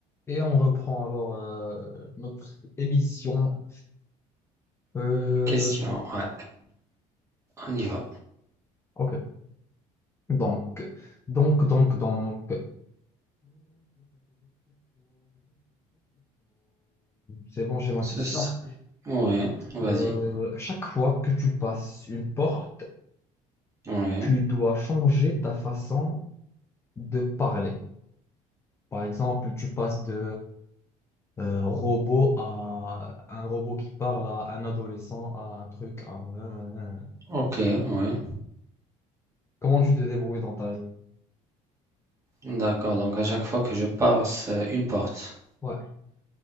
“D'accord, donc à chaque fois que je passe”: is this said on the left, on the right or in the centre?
Right